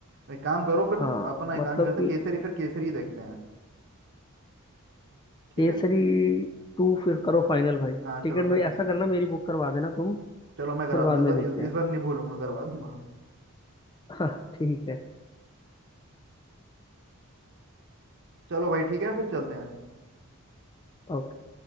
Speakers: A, on the right; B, on the left.
A: एक काम करो फिर
B: हाँ
A: अपना एक
B: मतलब
A: काम ही करते
B: कि
A: हैं केसरी फिर केसरी ही देखते हैं ठीक
B: केसरी
A: है
B: टू फिर करो फाइनल भाई टिकट
A: हाँ चलो करते
B: में ऐसा
A: हैं
B: करना मेरी बुक करवा देना तुम
A: चलो मैं करा
B: फिर
A: दूंगा
B: बाद
A: इस बार
B: में देखते
A: इस,
B: हैं
A: इस बार नहीं भूलूंगा करवा दूंगा
B: <laughs> हाँ ठीक है
A: चलो भाई ठीक है फिर चलते हैं
B: okay।